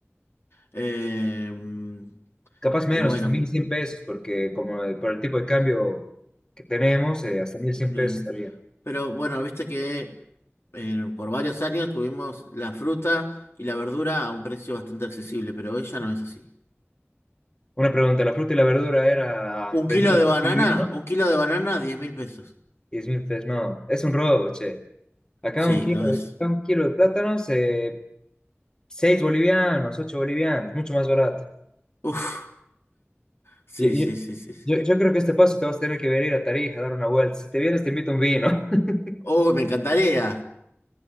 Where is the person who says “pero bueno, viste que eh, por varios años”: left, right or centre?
Left